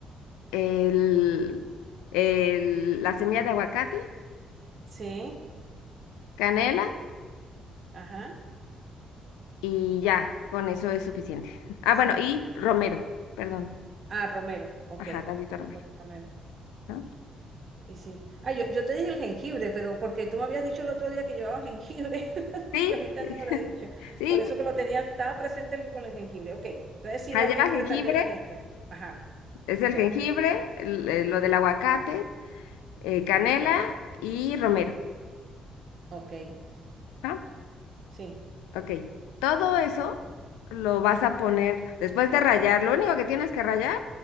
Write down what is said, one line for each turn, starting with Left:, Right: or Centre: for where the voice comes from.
Left: el, el- la semilla de aguacate,
Right: sí,
Left: canela
Right: ajá,
Left: y ya, con eso es suficiente. Ah,
Right: exacto.
Left: bueno, y romero, perdón.
Right: Ah, romero, ok.
Left: Ajá, tantito romero.
Right: Romero.
Left: ¿no?
Right: Y sí. Ah, yo, yo te dije el jengibre, pero porque tú me habías dicho el otro día que llevaba jengibre, <laughs> porque
Left: Sí,
Right: ahorita
Left: <laughs>
Right: no me lo había dicho.
Left: sí.
Right: Por eso que lo tenía, estaba presente el- con el jengibre. Ok, entonces sí
Left: ajá,
Right: va
Left: Lleva
Right: el jengibre
Left: jengibre,
Right: también en esta. Ajá,
Left: es
Right: ok,
Left: el jengibre, el- el- lo del aguacate, eh, canela y romero.
Right: ok,
Left: ¿no?
Right: sí.
Left: Ok, todo eso lo vas a poner después de rallar. Lo único que tienes que rallar